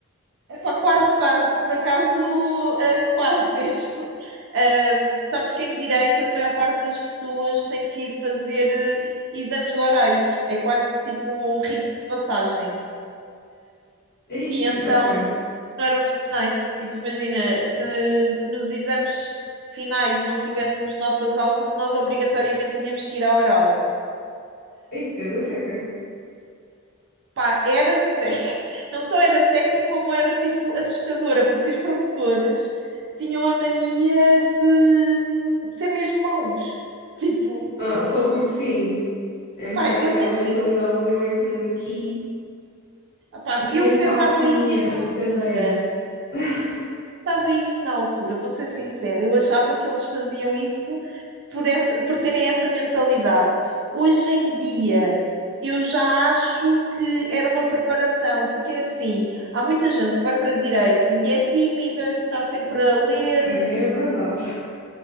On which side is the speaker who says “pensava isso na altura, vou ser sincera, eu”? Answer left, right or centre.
Right